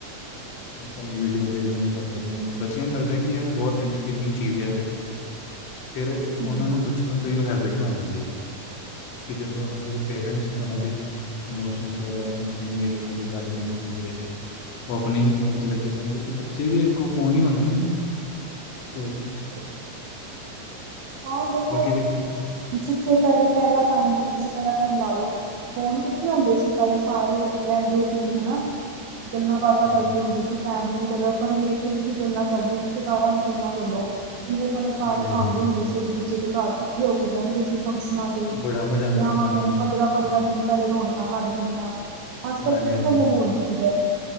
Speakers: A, on the left; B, on the right.
A: ਵੀਡੀਓ ਦੇਖਦੇ ਨੇ, ਬੱਚਿਆਂ ਨੂੰ ਲੱਗਦਾ ਕਿ ਯਾਰ ਬਹੁਤ ਤਿੰਨ ਈ ਚੀਜ਼ ਹੈ ਤੇ। ਫਿਰ ਉਹਨਾਂ
B: ਪੇਰੈਂਟਸ
A: ਨੂੰ ਬਚਪਨ ਤੋਂ ਹੀ ਉਹ ਹੈਬਿਟ ਬਣ ਜਾਂਦੀ ਏ, ਕਿਤੇ ਤੋਂ ਉਹਨਾਂ ਦੇ ਪੇਰੈਂਟਸ ਉਹਨਾਂ ਦੇ
B: ਹੂੰ
A: ਇਮੋਸ਼ਨ ਵਗੈਰਾ ਸੁਣ ਨਹੀ ਰਹੇ, ਉਹਨਾਂ ਦੀ ਗੱਲ ਨਹੀਂ ਸੁਣ ਰਹੇ। ਉਹ ਆਪਣੇ ਹੀ ਫੋਨ ਚ ਲੱਗੇ ਰਹਿਣਗੇ, ਤੇ ਬੱਚੇ ਵੀ ਅੱਗੋਂ ਫੋਨ ਹੀ ਮੰਗਣਗੇ ਹੋਰ ਕੀ।
B: ਠੀਕ ਹੈ। ਹਾਂ ਦੇਖੋ
A: ਬਾਕੀ ਜੀ
B: ਜਿਥੇ ਪਹਿਲੇ ਪਹਿਲਾ ਟਾਈਮ ਸੀ ਤੁਸੀਂ ਪਹਿਲਾ ਟਾਈਮ ਲਾ ਲਓ। ਫੋਨ ਕਿਥੇ ਹੁੰਦੇ ਸੀ ਪਹਿਲੇ, ਸਾਰੇ ਰਹਿੰਦੇ ਸੀ ਹਨਾ ਗੱਲਾਂ ਬਾਤਾਂ
A: ਹਾਂਜੀ
B: ਕਰਦੇ ਹੁੰਦੇ ਸੀ। ਫੈਮਲੀ ਜਗ ਆਪਾਂ ਰਿਲੇਟਿਵ ਦੀ ਗਲਾਂ ਕੱਰਦੇ ਸੀ, ਰਿਸ਼ਤੇਦਾਰਾਂ ਦੀ ਗਲਾਂ ਲੈ ਲਓ, ਕਿਵੇਂ ਤੁਹਾਡੇ ਸਾਰੇ
A: ਹਾਂਜੀ ਹਾਂਜੀ
B: ਆਉਂਦੇ ਹੁੰਦੇ ਸੀ, ਇਕ ਦੂਜੇ ਦੇ ਘਰ ਇਕੱਠੇ ਹੋ ਕੇ ਬਹਿੰਦੇ ਸੀ, ਫੰਕਸ਼ਨਾਂ ਵਿਆਵਾਂ
A: ਬੜਾ ਮਜ਼ਾ ਆਉਂਦਾ ਸੀ ਮੈਂ
B: ਤੇ
A: ਹਾਂਜੀ
B: ਪੰਦਰਾਂ -ਪੰਦਰਾਂ ਦਿਨ ਪਹਿਲੇ ਰੌਣਕਾਂ ਲੱਗ ਜਾਂਦੀਆਂ। ਅੱਜ
A: ਹਾਂਜੀ
B: ਕੱਲ੍ਹ ਕਿੱਥੇ
A: -ਹਂਜੀ।
B: ਉਹ ਮਾਹੌਲ ਦਿਖਦਾ